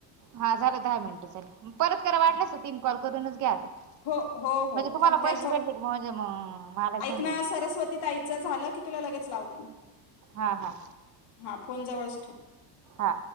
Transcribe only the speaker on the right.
हा झालं दहा मिनटं झाली परत करा वाटल्यास
तीन कॉल करूनच घ्या आता.
म्हणजे तुम्हाला
पैसे भेटले की म्हणजे मग मला
समजेल
हा हा
हा.